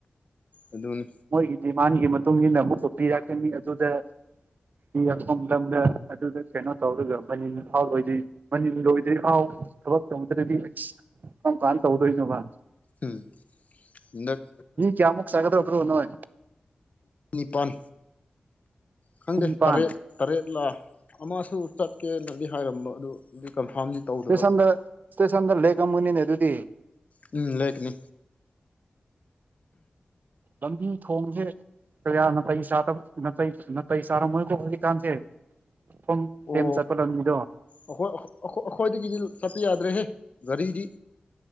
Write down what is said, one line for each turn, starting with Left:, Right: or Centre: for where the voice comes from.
Left: ꯑꯗꯨꯅꯤ
Right: ꯃꯣꯏꯒꯤ ꯗꯤꯃꯥꯟꯒꯤ ꯃꯇꯨꯡ ꯏꯟꯅ ꯑꯃꯨꯛꯀꯣ ꯄꯤꯔꯛꯀꯅꯤ ꯑꯗꯨꯗ ꯄꯤ ꯌꯥꯛꯐꯝ ꯂꯝꯗ ꯑꯗꯨꯗ ꯀꯩꯅꯣ ꯇꯧꯔꯒ ꯃꯅꯤꯡ ꯐꯥꯎ ꯑꯣꯏꯗꯣꯏ ꯃꯅꯤꯜ ꯂꯣꯏꯗ꯭ꯔꯤ ꯑꯥꯎ ꯊꯕꯛ ꯇꯧꯗ꯭ꯔꯗꯤ ꯀꯔꯝ ꯀꯥꯟꯅ ꯇꯧꯗꯣꯏꯅꯣꯕ
Left: ꯎꯝ ꯅꯥꯠ
Right: ꯃꯤ ꯀꯌꯥꯃꯨꯛ ꯆꯒꯗꯕ꯭ꯔꯣ ꯅꯣꯏ
Left: ꯅꯤꯄꯜ ꯈꯪꯗꯦ
Right: ꯃꯤ ꯅꯤꯄꯥꯟ
Left: ꯇꯔꯦꯠ ꯇꯔꯦꯠꯂꯥ ꯑꯃꯁꯨ ꯆꯠꯀꯦꯅꯗꯤ ꯍꯥꯏꯔꯝꯕ ꯑꯗꯨ ꯀꯟꯐꯥꯔꯝꯗꯤ ꯇꯧꯗꯕ
Right: ꯇꯦꯁꯟꯗꯥꯥ ꯏꯁꯇꯦꯁꯥꯟꯗ ꯂꯩꯛꯑꯃ ꯃꯅꯤꯅꯦ ꯑꯗꯨꯗꯨꯗꯤ
Left: ꯎꯝ ꯂꯩꯛ ꯀꯅꯤ
Right: ꯂꯝꯕꯤ ꯊꯣꯡꯁꯦ ꯀꯥꯌꯅꯥ ꯐꯩ ꯆꯗꯞ ꯅꯥꯇꯩ ꯅꯇꯩ ꯆꯥꯔꯝꯃꯣꯏꯀꯣ ꯅꯨꯃꯤꯗꯥꯡꯁꯦ ꯊꯨꯝ ꯀꯦꯝ
Left: ꯑꯣ
Right: ꯆꯠꯄ ꯂꯝꯅꯤꯗꯣ
Left: ꯑꯩꯈꯣꯏ ꯑꯩꯈꯣꯏꯗꯒꯤꯗꯤ ꯆꯠꯄ ꯌꯥꯗ꯭ꯔꯦꯍꯦ ꯒꯥꯔꯤꯗꯤ